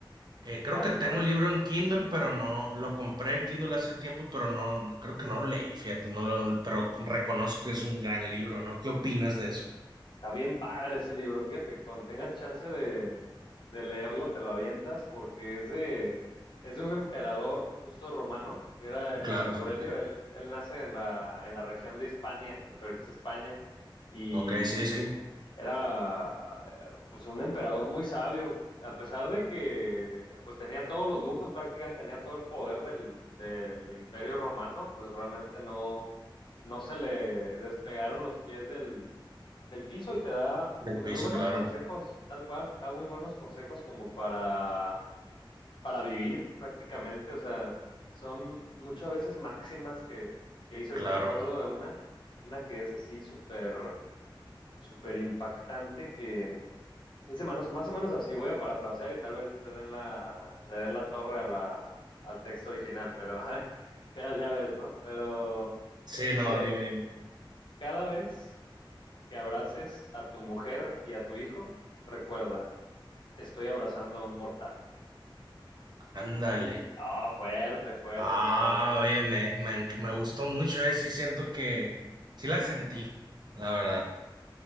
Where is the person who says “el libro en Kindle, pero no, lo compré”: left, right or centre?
Right